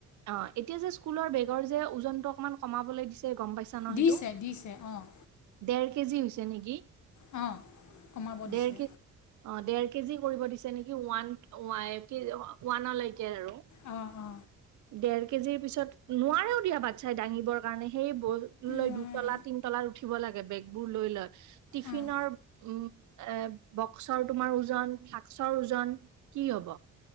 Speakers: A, on the right; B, on the left.
A: অ', এতিয়া যে স্কুলৰ বেগৰ যে ওজনতটো অকনমান কমাবলৈ দিছে গম পাইছা। ন
B: দিছে
A: সেইটো
B: দিছে অ'।
A: দেৰ কেজি হৈছে নেকি
B: অঁ কমাব দিছে
A: দেৰ কেজ অ', দেৰ কেজি কৰিব দিছে নেকি ওৱান ৱ ওৱানলৈকে আৰু।
B: অ', অ'।
A: ডেৰ কেজিৰ পিছত নোৱাৰেও দিয়া বাতচাই দাঙিব কাৰণে সেই বৈ লৈ
B: নোৱাৰে
A: দুইতলা তিন তলাত উঠিব লাগে বেগবোৰ লৈ লৈ। টিফিনৰ
B: অঁ
A: উম এ বক্সৰ তোমাৰ ওজন ফ্লাস্সৰ ওজন। কি হ'ব?